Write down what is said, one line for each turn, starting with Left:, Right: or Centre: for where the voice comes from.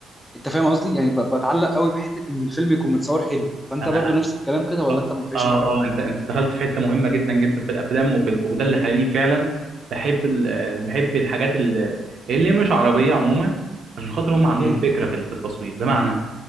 Centre: انت فاهم قصدي يعني ب... بتعلق قوي بحته ان الفيلم يكون متصور حلو فانت
Right: انا
Centre: برضو نفس الكلام
Right: أنا-
Centre: كده ولا انت ما بيفرقش
Right: اه
Centre: معاك قوي
Right: اه انت انت دخلت في حته مهمه جدا جدا في الافلام وفي ال- وده اللي خلاني فعلا بحب ال- بحب الحاجات ال- اللي مش عربيه عموما عشان خاطر هم عندهم
Centre: امم
Right: فكره في في التصوير بمعنى